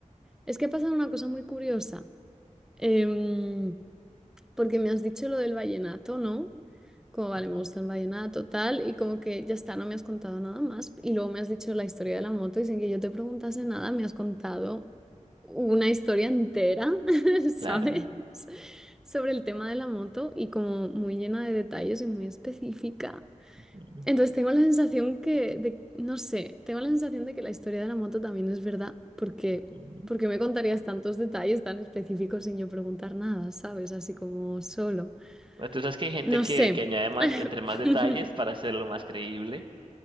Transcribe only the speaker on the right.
ujú,
claro.
ujú,
ujú.
Bueno, Tú sabes que hay gente
que,
que añade más,
entre más detalles para hacerlo más creíble,